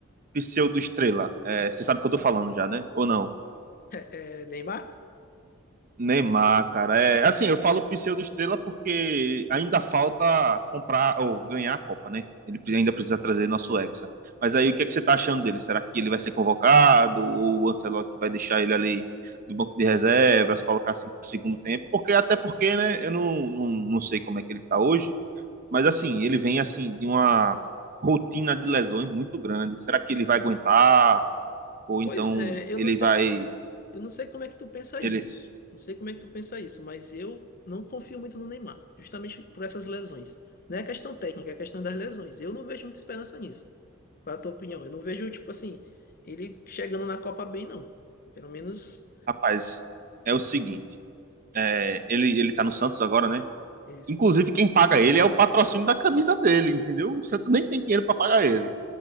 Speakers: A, on the right (about 40°); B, on the left (about 45°).
A: pseudo-estrela. É, você sabe o que eu tô falando já, né? Ou não?
B: É, Neymar?
A: Neymar, cara. É, assim, eu falo pseudo-estrela porque ainda falta comprar ou ganhar a Copa, né? Ele ainda precisa trazer nosso Hexa. Mas aí, o que é que você tá achando dele? Será que ele vai ser convocado? Ou o Ancelotti vai deixar ele ali do banco de reservas, colocar assim pro segundo tempo? Porque, até porque, né? Eu não, não, não sei como é que ele tá hoje. Mas, assim, ele vem, assim, de uma rotina de lesões muito grande. Será que ele vai aguentar? ou
B: Pois
A: então
B: é, eu
A: ele
B: não sei.
A: vai.
B: Eu não sei como é que tu pensa isso.
A: Ele,
B: Não sei como é que tu pensa isso, mas eu não confio muito no Neymar, justamente por essas lesões. Não é questão técnica, é questão das lesões. Eu não vejo muita esperança nisso. Qual é a tua opinião? Eu não vejo, tipo assim, ele chegando na Copa bem, não. Pelo menos
A: rapaz, é o seguinte: é, ele, ele tá no Santos agora, né?
B: isso.
A: Inclusive, quem paga ele é o patrocínio da camisa dele, entendeu? O Santos nem tem dinheiro para pagar ele.